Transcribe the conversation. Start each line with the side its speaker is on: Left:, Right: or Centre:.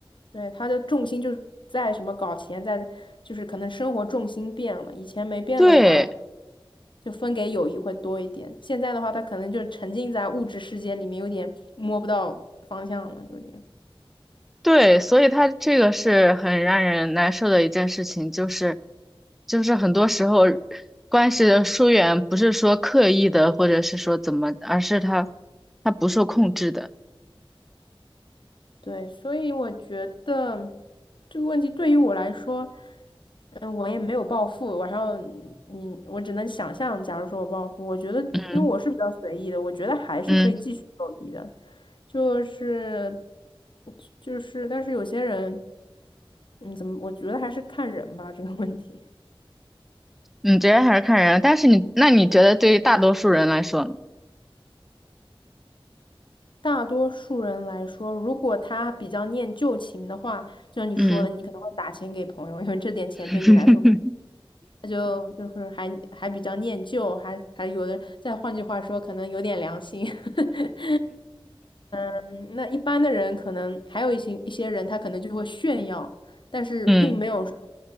Left: 对，他的重心就是在什么搞钱，在就是可能生活重心变了，以前没变的话，
Centre: 对。
Left: 就分给友谊会多一点，现在的话，他可能就沉浸在物质世界里面，有点摸不到方向了，有点。
Centre: 对，所以他这个是很让人难受的一件事情，就是，就是很多时候关系的疏远不是说刻意的，或者是说怎么，而是他他不受控制的。
Left: 对，所以我觉得这个问题对于我来说，嗯，我也没有暴富，然后你，嗯我只能想象，假如说我暴富，我觉得，
Centre: 嗯
Left: 因为我是比较随意的，我觉得还是可以继续友谊的，
Centre: 嗯，
Left: 就是就是，但是有些人，嗯，怎么，我觉得还是看人吧，这个问题。
Centre: 你觉得还是看人，但是你那你觉得对于大多数人来说呢？
Left: 大多数人来说，如果他比较念旧情的话，就像你说的，
Centre: 嗯
Left: 你可能会打钱给朋友，因为这点钱对你来说。
Centre: <laughs>
Left: 他就就是还还比较念旧，还还有的，再换句话说，可能有点良心。<laughs> 嗯，那一般的人可能还有一些一些人，他可能就会炫耀，但是并没有说
Centre: 嗯